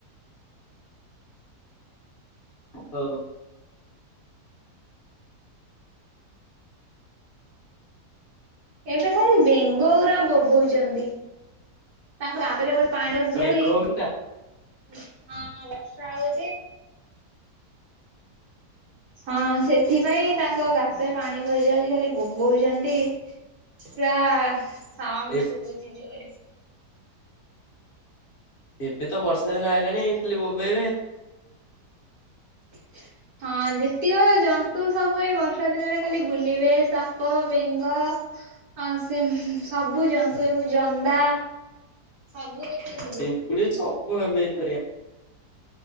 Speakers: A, on the left; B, on the right.
A: ହଉ
B: ଏବେ ଖାଲି ବେଙ୍ଗଉରା ବୋ ବୋଉଛନ୍ତି। ତାଙ୍କୁ ରାତିରେ ବୋଧେ ପାଣି ପସି ଯାଉଛି,
A: ମେଘ ହଉଛି ନା
B: ହଁ ବର୍ଷା ହଉଛି ହଁ ସେଥିପାଇଁ ତାଙ୍କ ଗାତରେ ପାଣି ପଶିଯାଉଛି ଖାଲି ବୋବଉଛନ୍ତି ପୁରା ସାଉଣ୍ଡ
A: ଏ-
B: ଶୁଭୁଛିି ଜୋରେ।
A: ଏବେ ତ ବର୍ଷା ଦିନ ଆଇଲାଣି ଖାଲି ଭୋବେଇବେ
B: <inaudible> ହଁ ଯେତିକ ଜନ୍ତୁ ସବୁ ଏଇ ବର୍ଷା ଦିନରେ ଖାଲି ବୁଲିବେ ସାପ, ବେଙ୍ଗ ଆଉ ସେ ସବୁ ଜନ୍ତୁ ଏଇ ଖୁନି ଜନ୍ଦା ସବୁ ଏଇଠି ବୁଲିବେ
A: ଏପଟେ ସବୁ <unintelligible>